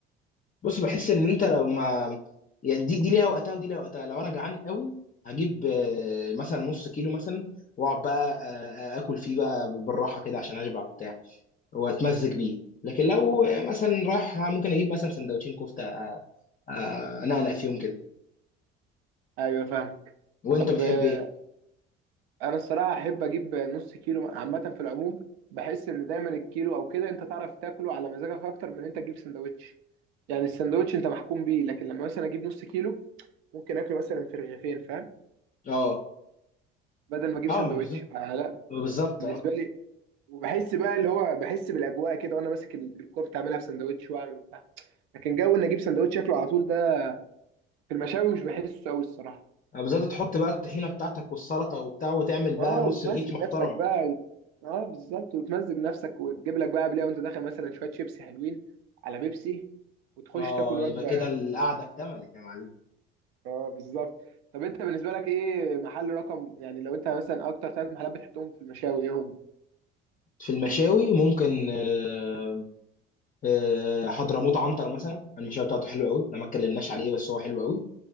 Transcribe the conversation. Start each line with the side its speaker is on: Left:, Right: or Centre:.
Left: بص بحس ان انت لو ما يعني دي دي ليها وقتها ودي ليها وقتها لو انا جعان قوي هجيب آه، مثلا نص كيلو مثلا واقعد بقى آه، آه، اكل فيه بقى بالراحه كده عشان اشبع وبتاع واتمزج بيه لكن لو آه، مثلا رايح آه، ممكن اجيب مثلا سندوتشين كفته آه، آه، انقنق فيهم كده
Right: ايوه فاهمك
Left: وانت
Right: طب
Left: بتحب
Right: آه،
Left: ايه؟
Right: انا الصراحه احب اجيب نص كيلو عامه في العموم بحس ان دايما الكيلو او كده انت تعرف تاكله على مزاجك اكتر من انت تجيب سندوتش يعني السندوتش انت محكوم بيه لكن لما مثلا اجيب نص كيلو ممكن اكله مثلا في رغيفين فاهم
Left: اه
Right: بدل ما اجيب
Left: اه
Right: سندوتش
Left: بالظبط
Right: فلا
Left: بالظبط
Right: بالنسبه
Left: اه
Right: لي وبحس بقى اللي هو بحس بالاجواء كده وانا ماسك ال- الكوره بتعملها في سندوتش واعمل وبتاع لكن جو ان اجيب سندوتش شكله على طول ده في المشاوي مش بحسه قوي الصراحه
Left: آه، بالظبط تحط بقى الطحينه بتاعتك والسلطه وبتاع وتعمل بقى
Right: اه
Left: نص
Right: وتمزج
Left: رغيف محترم
Right: نفسك بقى و- اه بالظبط وتمزج نفسك وتجيب لك بقى قبلها وانت داخل مثلا شويه شيبسي حلوين على بيبسي وتخش
Left: اه
Right: تاكل وجبه
Left: يبقى كده القعده اكتملت يا معلم
Right: اه بالظبط طب انت بالنسبه لك ايه محل رقم يعني لو انت مثلا اكتر ثلاث محلات بتحطهم في المشاوي ايه هم؟
Left: في المشاوي ممكن آه، آه، حضرموت عنتر مثلا المشاوي بتاعته حلوه قوي احنا ما اتكلمناش عليه بس هو حلو قوي